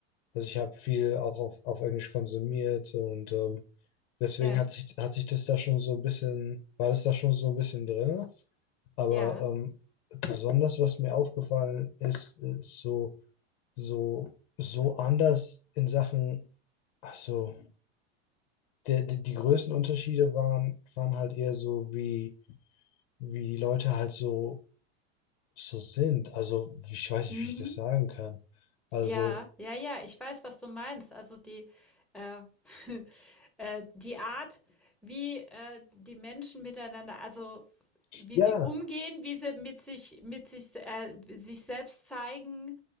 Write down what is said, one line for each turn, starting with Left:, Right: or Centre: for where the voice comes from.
Left: also ich habe viel auch auf, auf Englisch konsumiert und ähm, deswegen
Centre: Ja,
Left: hat sich, hat sich das da schon so ein bisschen, war das da schon so ein bisschen drin. Aber
Centre: ja.
Left: ähm, besonders, was mir aufgefallen ist, ist so, so, so anders in Sachen, also der, die, die größten Unterschiede waren, waren halt eher so, wie, wie die Leute halt so so sind. Also, ich weiß nicht,
Centre: Mhm.
Left: wie ich das sagen kann. Also,
Centre: Ja, ja, ja, ich weiß, was du meinst. Also die, äh, <laughs> äh, die Art, wie äh, die Menschen miteinander, also wie
Left: ja,
Centre: sie umgehen, wie sie mit sich, mit sich, äh, sich selbst zeigen,